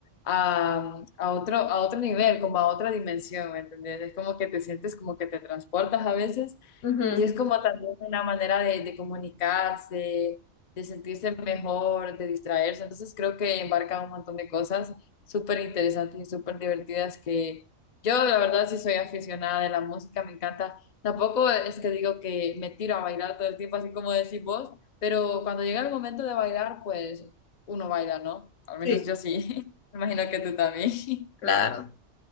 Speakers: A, on the left; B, on the left.
A: a, a otro, a otro nivel, como a otra dimensión, ¿me entiendes? Es como que te sientes como que te transportas a veces
B: Ujú.
A: y es como también una manera de, de comunicarse, de sentirse mejor, de distraerse. Entonces creo que embarca un montón de cosas súper interesantes y súper divertidas que yo la verdad sí soy aficionada de la música, me encanta. Tampoco es que digo que me tiro a bailar todo el tiempo, así como decís vos, pero cuando llega el momento de bailar, pues uno baila, ¿no? Al menos
B: Sí,
A: yo sí. <laughs> Me imagino que tú también. <laughs>
B: claro.